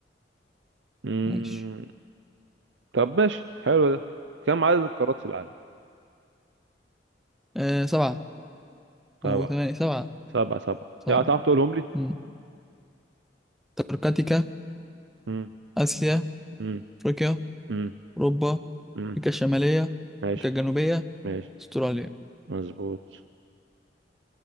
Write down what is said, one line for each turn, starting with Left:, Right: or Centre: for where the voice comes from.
Right: امم
Centre: ماشي
Right: طب ماشي حلو ده كم عدد القارات في العالم
Centre: آه، سبعة
Right: سبعة
Centre: أو ثمانية سبعة
Right: سبعة سبعة
Centre: سبعة
Right: يعني هتعرف تقولهم لي
Centre: مم. أنتاركتيكا
Right: امم
Centre: آسيا
Right: امم
Centre: أفريقيا
Right: امم
Centre: أوروبا
Right: امم
Centre: أمريكا الشمالية أمريكا
Right: ماشي
Centre: الجنوبية
Right: ماشي
Centre: أستراليا
Right: مظبوط